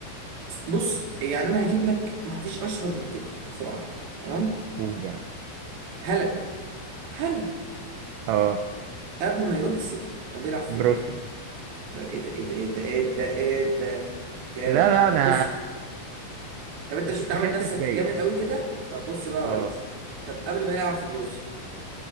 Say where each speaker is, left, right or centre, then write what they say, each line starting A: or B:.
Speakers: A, on the right; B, on the right.
A: بص يعني انا هجيب لك ما فيش اشهر من كده بصراحه تمام
B: قول يا عم
A: هلا هلا
B: اه
A: قبل ما يروح السيتي كان بيلعب فين
B: بروسيا
A: بقى ايه ده ايه ده ايه ده ايه ده ايه ده جامد
B: لا لا
A: طب
B: أنا
A: بص طب انت
B: ما
A: مش
B: تستخفش
A: انت عامل نفسك
B: بيا
A: جامد
B: يعني
A: قوي كده طب بص بقى يا
B: اه
A: ريس طب قبل ما يلعب في بروسيا